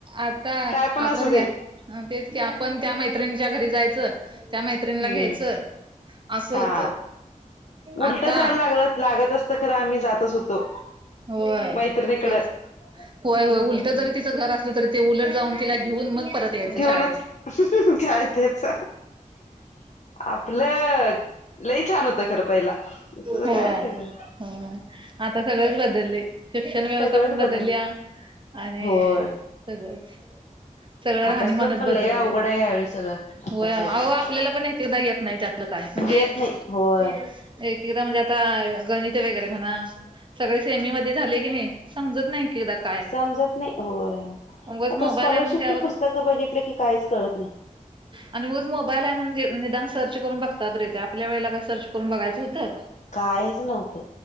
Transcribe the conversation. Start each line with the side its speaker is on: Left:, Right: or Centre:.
Right: आता
Left: काय पण
Right: आपण
Left: असू दे.
Right: ह्या ह तेच की आपण त्या मैत्रिणीच्या घरी जायचं त्या मैत्रिणीला
Left: हम्म
Right: घ्यायचं. असं
Left: हा
Right: होत
Left: उलट
Right: आता
Left: जायला लागलं लागत असत खरं आम्ही जातच होतो
Right: होय
Left: मैत्रिणीकडं
Right: तेच होय होय
Left: हम्म
Right: उल जरी तिचं घर असलं तरी ते उलट जाऊन तिला घेऊन मग परत दयच
Left: घेऊनच
Right: शाळेत
Left: काय त्याच आपलं लई छान होतं खरं पहिला तुझं
Right: होय
Left: काय सगळं
Right: हो आता सगळेंच बदलले शिक्षण व्यवस्था
Left: सगळंच
Right: पण बदलल्या.
Left: बदल
Right: आणि
Left: होय
Right: हे सगळंच सगळं राहणीमानच
Left: अभ्यासक्रम पण
Right: बदलले
Left: लय अवघड आहे ह्यावेळी सगळं आताच्या
Right: होय आपल्याला
Left: ह्याच्यात
Right: पण एक एकदा येत नाही त्यातलं काय म्हणजे
Left: येत नाही होय
Right: एक एकदा म्हणजे आता गणित वगैरे म्हणा सगळे सेमीमध्ये झाले की नाही समजत नाही की एकदा काय
Left: समजत नाही होय
Right: उगच
Left: आता
Right: मोबाईल
Left: स्कॉलरशिपची
Right: आहे म्हणून त्यावर
Left: पुस्तक बघितली की काहीच कळत नाही.
Right: आणि उगच मोबाईल आहे म्हणजे निदान सर्च करून बघतात तरी येत, आपल्या वेळेला काही सर्च करून बघायचं होतं.
Left: कायच नव्हतं